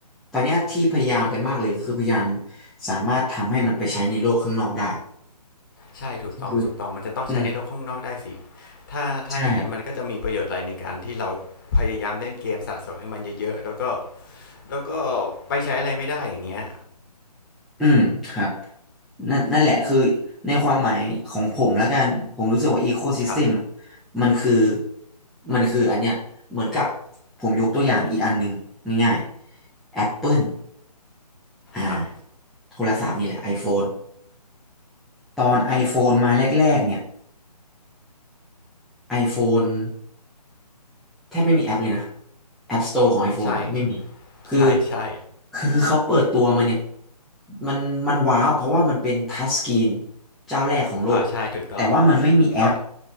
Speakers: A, in the centre; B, on the left.
A: ตอนเนี้ยที่พยายามกันมากเลยคือพยายามสามารถทำให้มันไปใช้ในโลกข้างนอกได้
B: ใช่ถูกต้องถูกต้องมันจะต้องใช้ในโลกข้างนอกได้สิ
A: คืออืม
B: ถ้าถ้าอย่างนั้นมันก็จะมีประโยชน์อะไรในการที่เรา
A: ใช่
B: พยายามเล่นเกมสะสมให้มันเยอะๆแล้วก็แล้วก็ไปใช้อะไรไม่ได้อย่างเงี้ย
A: อืมครับนั่นนั่นแหละคือในความหมายของผมแล้วกันผมรู้สึกว่าอีโคซิสเต็ม
B: ครับ
A: มันคือมันคืออันเนี้ยเหมือนกับผมยกตัวอย่างอีกอันหนึ่งง่ายๆ Apple อ่า
B: ครับ
A: โทรศัพท์นี่แหละ iPhone ตอน iPhone มาแรกๆเนี่ย iPhone แทบไม่มีแอปเลยนะ App Store ของ iPhone
B: ใช่
A: อ่ะไม่มีคือ
B: ใช่ใช่
A: คือคือเขาเปิดตัวมาเนี่ยมันมันว้าวเพราะว่ามันเป็นทัชสกรีนเจ้าแรกของโลก
B: อ่าใช่ถูกต้อง
A: แต่ว่ามันไม่มีแอป
B: ตอน